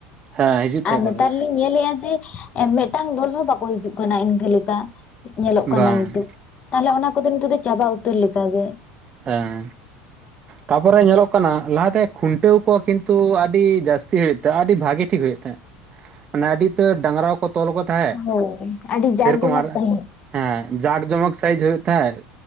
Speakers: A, on the right; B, on the left.
A: ᱦᱮᱸ ᱦᱤᱡᱩᱜ ᱛᱟᱦᱮᱸ
B: ᱟᱨ ᱱᱮᱛᱟᱨ
A: ᱠᱚᱫᱚ
B: ᱞᱤᱧ ᱧᱮᱞᱮᱜ-ᱟ ᱡᱮ ᱢᱮᱜᱴᱟᱝ ᱫᱚᱞ ᱦᱚᱸ ᱵᱟᱠᱚ ᱦᱤᱡᱩᱜ ᱠᱟᱱᱟ ᱤᱱᱠᱟᱹ ᱞᱮᱠᱟ ᱧᱮᱞᱚᱜ ᱠᱟᱱᱟ
A: ᱵᱟᱝ
B: ᱱᱤᱛᱳᱜ᱾ ᱛᱟᱦᱞᱮ ᱚᱱᱟ ᱠᱚᱫᱚ ᱱᱤᱛᱳᱜ ᱫᱚ ᱪᱟᱵᱟ ᱩᱛᱟᱹᱨ ᱞᱮᱠᱟ ᱜᱮ᱾
A: ᱦᱮᱸ ᱛᱟᱯᱚᱨᱮ ᱧᱮᱞᱚᱜ ᱠᱟᱱᱟ ᱞᱟᱦᱟ ᱛᱮ ᱠᱷᱩᱱᱴᱟᱹᱣ ᱠᱚ ᱠᱤᱱᱛᱩ ᱟᱹᱰᱤ ᱡᱟᱹᱥᱛᱤ ᱦᱩᱭᱩᱜ ᱛᱟᱭ ᱟᱹᱰᱤ ᱵᱷᱟᱜᱮ ᱴᱷᱤᱠ ᱦᱩᱭᱩᱜ ᱛᱮᱦᱮᱜ, ᱚᱱᱮ ᱟᱹᱰᱤ ᱩᱛᱟᱹᱨ ᱰᱟᱝᱨᱟ ᱠᱚ ᱠᱚ ᱛᱚᱞ ᱠᱚ ᱛᱟᱦᱮᱸᱜ
B: ᱦᱳᱭ ᱟᱹᱰᱤ ᱡᱟᱠ
A: ᱥᱮᱨᱚᱠᱚᱢ
B: ᱡᱚᱢᱚᱠ
A: ᱟᱨ
B: ᱥᱟᱺᱦᱤᱡ
A: ᱦᱮᱸ ᱡᱟᱠ ᱡᱚᱢᱚᱠ ᱥᱟᱭᱤᱡ ᱦᱩᱭᱩᱜ ᱛᱟᱦᱮᱸᱜ